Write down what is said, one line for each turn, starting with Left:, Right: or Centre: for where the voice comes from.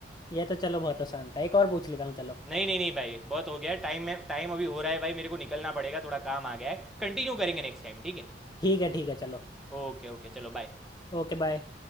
Left: ये तो चलो बहुत आसान था एक और पूछ लेता हूँ चलो
Centre: नहीं नहीं नहीं भाई बहुत हो गया है टाइम में टाइम अभी हो रहा है भाई मेरे को निकलना पड़ेगा थोड़ा काम आ गया है कंटिन्यू करेंगे नेक्स्ट टाइम ठीक है
Left: ठीक है ठीक है चलो
Centre: ओके ओके चलो बाय
Left: Okay bye